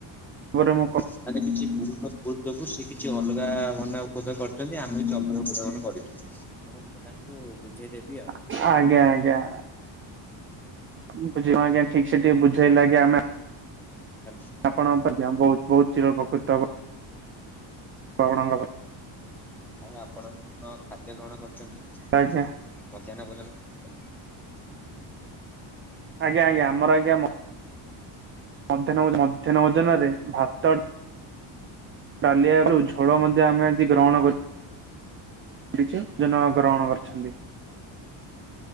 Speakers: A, on the right (about 30°); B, in the centre.
A: ଗୋଟେ ମୁଁ କ
B: <unintelligible> ତୁ ତା ମାନେ କରିଚୁ ତେଣୁ ମୁଁ ତାଙ୍କୁ ବୁଝେଇଦେବି ଆଉ।
A: ଅଁ ଆଜ୍ଞା ଆଜ୍ଞା। ବୁଝିବ ଆଜ୍ଞା ଠିକ୍ ସେ ଟିକେ ବୁଝେଇଲ ଆଜ୍ଞା ଆମେ
B: ହ୍ୟାଲ।
A: ଆପଣଙ୍କ ମଧ୍ୟ ବହୁତ ବହୁତ ଚିର ପ୍ରକୃତ ହେବ ଆପଣଙ୍କ ପାଖରେ।
B: ଆଉ ଆପଣ କଣ ଖାଦ୍ୟ ଗ୍ରହଣ କରିଛନ୍ତି।
A: ଆଜ୍ଞା।
B: ମଧ୍ୟାହ୍ନ ଭୋଜନ। ମୁଁ
A: ଆଜ୍ଞା ଆଜ୍ଞା ଆମର ଆଜ୍ଞା ମ ମଧ୍ୟାହ୍ନ ମଧ୍ୟାହ୍ନ ଭୋଜନ ରେ ଭାତ ଡାଲି ଆଳୁ ଝୋଳ ମଧ୍ୟ ଆମେ ଆଜି ଗ୍ରହଣ କରି ଛୁ ଜନ ଗ୍ରହଣ କରିଛନ୍ତି।